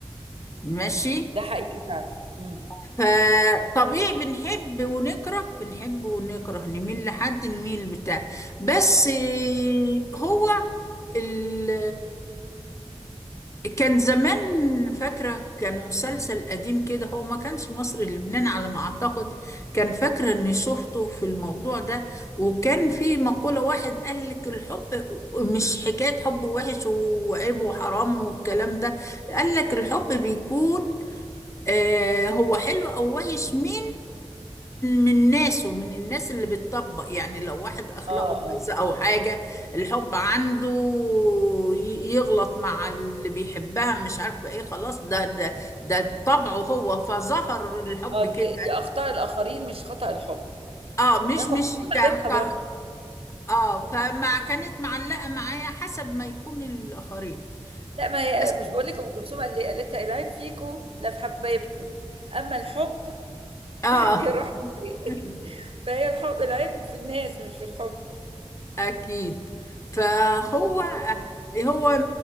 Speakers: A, on the left; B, on the right.
A: ماشي
B: ده حقيقي فعلا مم.
A: فطبيعي بنحب ونكره بنحب ونكره نميل لحد نميل بتاع بس آه، هو ال... كان زمان فاكرة كان مسلسل قديم كده هو ما كانش مصري لبنان على ما أعتقد كان فاكرة إني شفته في الموضوع ده وكان في مقولة واحد قال لك الحب مش حكاية حب وحش وعيب وحرام والكلام ده قال لك الحب بيكون آه هو حلو أو وحش من من ناسه من الناس اللي بتطبق يعني لو واحد اخلاقه
B: اه
A: بايظه
B: اه
A: او حاجه الحب عنده ي- يغلط مع اللي بيحبها مش عارفه ايه خلاص ده ده ده طبعه هو فظهر الحب
B: اه دي
A: كده
B: دي اخطاء الاخرين مش خطأ الحب
A: اه مش
B: ما ام
A: مش
B: كلثوم
A: ك
B: قالتها
A: ك
B: برضه
A: اه فما كانت معلقه معايا حسب ما يكون الاخرين
B: لا ما هي
A: بس
B: مش بقول لك ام كلثوم اللي قالتها العيب فيكو لا في حبايبكو اما الحب
A: اه
B: <laughs> يروح ليه.
A: <laughs>
B: فهي الحب العيب في الناس مش في الحب
A: أكيد فهو
B: مم.
A: هو